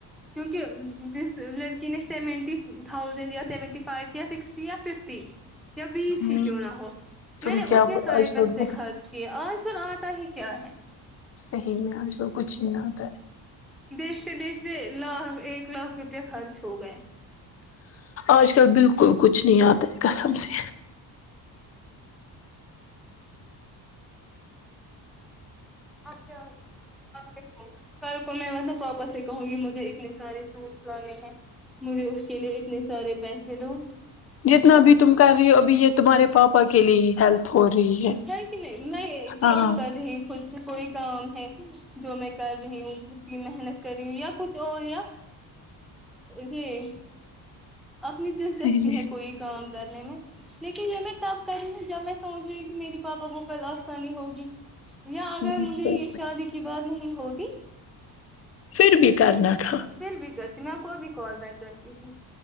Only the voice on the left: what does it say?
ہوں
تم
کیا
آج
کل بہت
صحیح میں آج کل کچھ ہی نہ آتا ہے
آج کل بالکل کچھ نہیں آتا ہے قسم سے
جتنا بھی تم کر رہی ہو ابھی یہ تمہارے پاپا کے لیے ہیلپ ہو رہی
ہاں
صحیح میں
ہاں
صحیح،
پھر بھی کرنا تھا